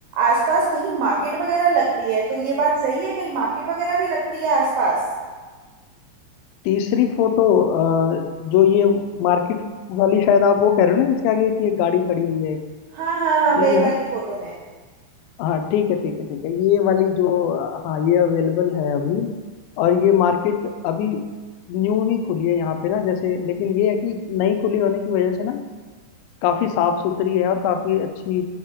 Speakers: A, on the right (about 85°); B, on the left (about 85°).
A: आसपास कहीं मार्केट वगैरह लगती है तो ये बात सही है कहीं मार्केट वगैरह भी लगती है आसपास
B: तीसरी फोटो अ, जो ये मार्केट वाली शायद आप वो कह रहे हो ना जिसके आगे एक ये गाड़ी खड़ी हुई है
A: हाँ हाँ हाँ
B: यही
A: वही
B: है
A: वाली
B: ना
A: फोटो में
B: हाँ ठीक है ठीक है ठीक है ये वाली जो अ, हाँ ये अवेलेबल है अभी और ये मार्केट अभी न्यू ही खुली है यहाँ पे ना जैसे लेकिन ये है कि नई खुली होने की वजह से ना काफी साफ सुथरी है और काफी अच्छी